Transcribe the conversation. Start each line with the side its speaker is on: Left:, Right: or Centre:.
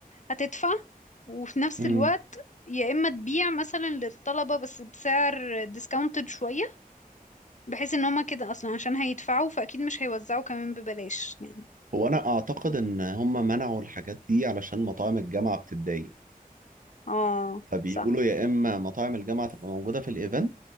Left: هتدفع وفي نفس
Right: مم.
Left: الوقت يا اما تبيع مثلا للطلبة بس بسعر ديسكاونتد شوية بحيث ان هما كده اصلا عشان هيدفعوا فاكيد مش هيوزعوا كمان ببلاش يعني
Right: هو انا اعتقد ان هم منعوا الحاجات دي علشان مطاعم الجامعه بتتضايق
Left: اه
Right: فبيقولوا
Left: صح
Right: يا اما مطاعم الجامعه تبقى موجوده في الايفنت